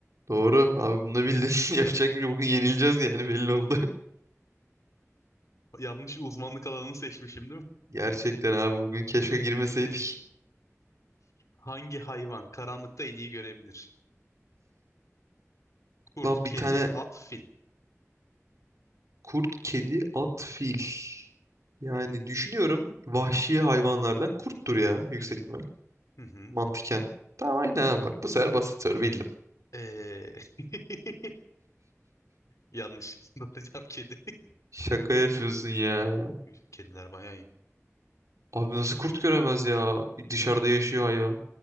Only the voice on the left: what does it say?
Yanlış uzmanlık alanını seçmişim
Hangi hayvan karanlıkta en iyi görebilir? Kurt,
kedi,
at, fil.
Hı hı.
Ee, <laughs> Yanlış. <laughs> Doğru cevap kedi.
<laughs> Kediler bayağı iyi.